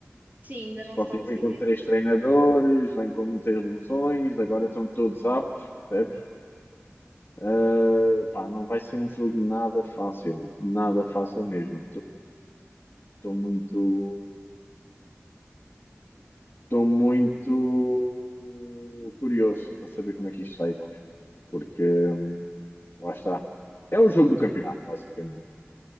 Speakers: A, on the right; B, on the left.
A: Sim, ainda não
B: Sporting
A: está decidido.
B: vem com três treinadores, vem com muitas lesões, agora estão todos aptos, percebes? Uh, pá, não vai ser um jogo nada fácil, nada fácil mesmo. Estou muito, estou muito curioso para saber como é que isto vai correr, porque hum, lá está. É o jogo do campeonato, basicamente.